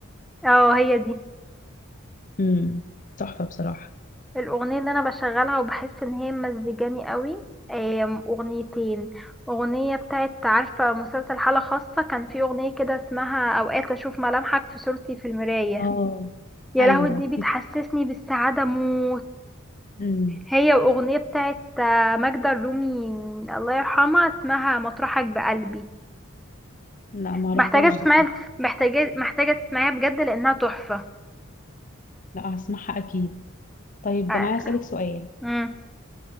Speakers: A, in the centre; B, on the left.
A: اه هي دي
B: امم تحفة بصراحة
A: الاغنيه اللي انا بشغلها وبحس ان هي مزجاني قوي آم، اغنيتين اغنيه بتاعت عارفه مسلسل حاله خاصه كان في اغنيه كده اسمها اوقات اشوف ملامحك في صورتي في المرايه
B: اه
A: يا
B: ايوه
A: لهوي دي بتحسسني
B: دي
A: بالسعاده موت
B: تحفة
A: هي واغنيه بتاعت آه، ماجدة الرومي الله يرحمها اسمها مطرحك بقلبي
B: لا معرفهاش
A: محتاجة تسمعي
B: دي
A: محتاجة محتاجة تسمعيها بجد لأنها تحفة
B: لا هسمعها اكيد طيب
A: آه.
B: انا عايز اسالك سؤال
A: مم.